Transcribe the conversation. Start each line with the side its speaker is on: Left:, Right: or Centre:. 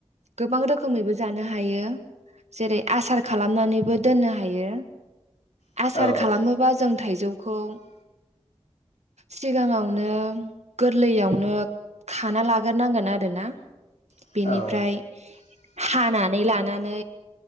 Right: गोबां रोखोमैबो जानो हायो जेरै आसार खालामनानै बो दोननो हायो
Left: औ
Right: आसार खालामोबा
Left: औ
Right: जों थाइजौखौ सिगाङावनो गोरलैयावनो खाना लाग्रोनांगोन आरो ना।
Left: औ
Right: बेनिफ्राय हानानै लानानै